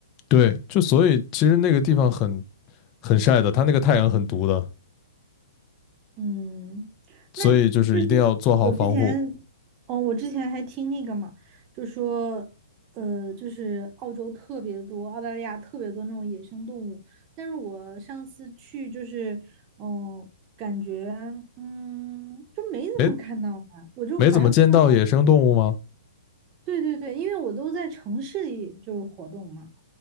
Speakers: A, on the left; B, on the right.
A: 对，就所以其实那个地方很很晒的，它那个太阳很毒的，
B: 嗯，
A: 所以就是一定要做好防护。
B: 那就是我之前，哦，我之前还听那个嘛，就说，呃，就是澳洲特别多，澳大利亚特别多那种野生动物。但是我上次去就是，嗯、感觉，嗯，就没怎么看到啊，
A: 哎，
B: 我就好像看到，
A: 没怎么见到野生动物吗？
B: 对对对，因为我都在城市里就是活动嘛，